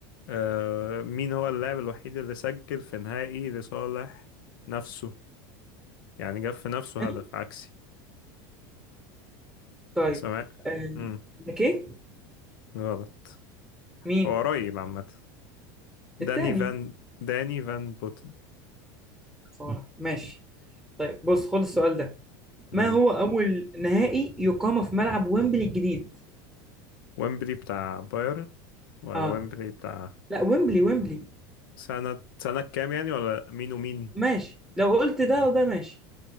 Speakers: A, on the left; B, in the centre.
A: آه مين هو اللاعب الوحيد اللي سجل في نهائي لصالح نفسه يعني جاب في نفسه
B: تاني
A: هدف عكسي
B: طيب
A: سمع؟
B: آه
A: مم.
B: بيكيه
A: غلط
B: مين؟
A: هو قريب عامة
B: التاني
A: داني فان داني فان بوتن
B: خسارة ماشي طيب بص خد السؤال ده
A: مم.
B: ما هو أول نهائي يقام في ملعب ويمبلي الجديد؟
A: ويمبلي بتاع بايرن ولا
B: اه
A: ويمبلي بتاع
B: لا ويمبلي ويمبلي
A: سنة سنة كام يعني ولا مين ومين
B: ماشي لو قلت ده وده ماشي